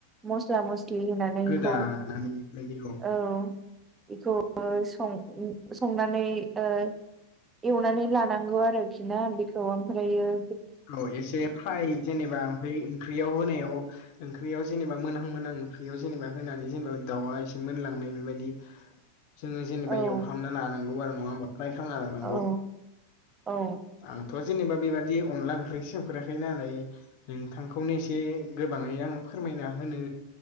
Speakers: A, on the right (about 20°); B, on the left (about 45°).
A: मस्ला मस्लि होनानै
B: गोदानानै
A: बेखौ
B: बेबायदि
A: औ बेखौ सं संनानै ओ एवनानै लानांगौ आरोखि ना बेखौ आमफ्रायो
B: औ एसे फ्राय जेनोबा ओमफ्राय ओंख्रिआव होनायाव ओंख्रिआव जेनोबा मोनहां मोनहां ओंख्रिआव जेनोबा होनानै जेनोबा दाउआ एसे मोनलांनाय बेबायदि
A: <inaudible>
B: जोङो जेनोबा
A: औ
B: एवफ्रामना लानांगौ आरो नङा फ्राय खालामना लानांगौ
A: औ औ
B: आंथ' जेनोबा बेबादि अनला ओंख्रि सोंफेराखै नालाय नोंथांखौनो एसे गोबांयै आं फोरमायना होनो